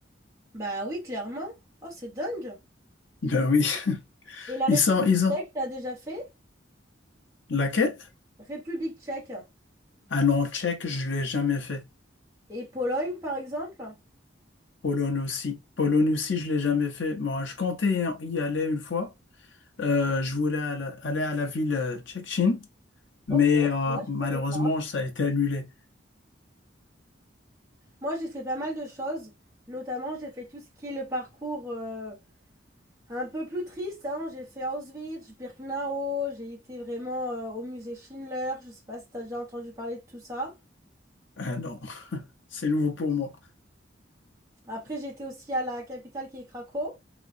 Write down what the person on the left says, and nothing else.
Ben oui, <laughs>
ils sont ils ont
laquelle?
Ah non, tchèque, je l'ai jamais fait.
Pologne aussi. Pologne aussi, je l'ai jamais fait. Moi, je comptais y aller une fois. Euh, je voulais aller aller à la ville euh, tchétchène, mais
euh,
malheureusement,
ça a été annulé.
Ah non, <laughs> c'est nouveau pour moi.